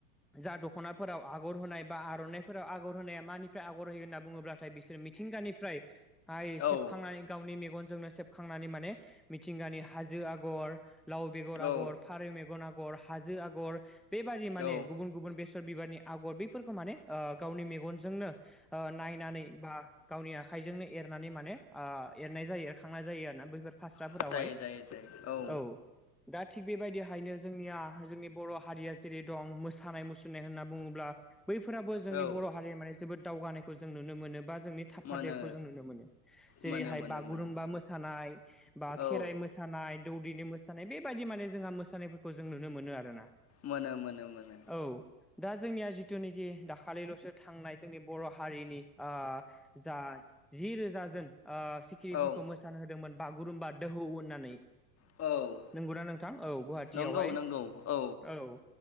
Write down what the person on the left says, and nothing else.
औ
औ
औ
जायो जायो जायो
औ औ
मोनो
मोनो मोनो
मोनो
औ
मोनो मोनो मोनो
औ औ
औ
नंगौ नंगौ औ